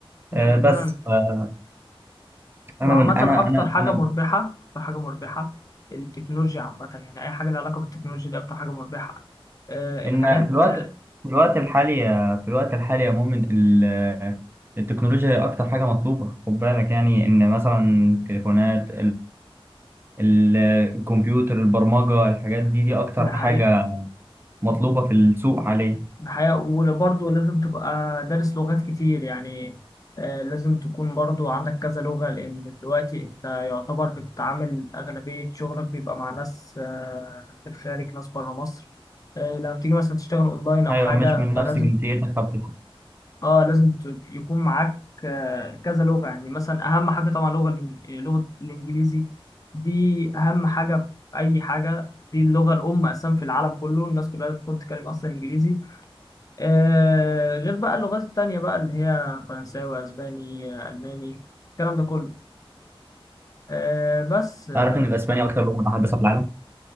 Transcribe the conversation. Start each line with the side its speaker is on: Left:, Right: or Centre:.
Left: لان
Right: آه بس
Left: فعلا
Right: آه انا
Left: وعامة
Right: من انا
Left: أكتر
Right: انا
Left: حاجة
Right: انا
Left: مربحة أكتر حاجة مربحة التكنولوجيا عامة يعني أي حاجة لها علاقة بالتكنولوجيا دي أكتر حاجة مربحة أه
Right: ان
Left: الحاجات
Right: في الوقت
Left: آه،
Right: في الوقت الحالي في الوقت الحالي يا مؤمن ال- التكنولوجيا هي اكتر حاجه مطلوبه خد بالك يعني ان مثلا التليفونات ال- الكمبيوتر البرمجة الحاجات دي دي أكتر
Left: ده حقيقة
Right: حاجة مطلوبة في السوق حاليا
Left: ده حقيقة وبرضه لازم تبقى دارس لغات كتير يعني أه لازم تكون برضه عندك كذا لغة لأن دلوقتي أنت يعتبر بتتعامل أغلبية شغلك بيبقى مع ناس آه، في الخارج ناس بره مصر أه لما بتيجي مثلا تشتغل أونلاين أو
Right: أيوة
Left: حاجة
Right: مش من نفس
Left: فلازم
Right: جنسيتك فبتتكلم
Left: اه لازم ت- يكون معاك آه، كذا لغة يعني مثلا أهم حاجة طبعا لغة الإن- لغة الإنجليزي دي أهم حاجة في أي حاجة دي اللغة الأم أساسا في العالم كله الناس كلها بتكون تتكلم أصلا إنجليزي آه غير بقى اللغات التانية بقى اللي هي فرنساوي أسباني آه، ألماني الكلام ده كله آه بس آه
Right: عارف إن الأسباني أكتر لغة متحدثة في العالم؟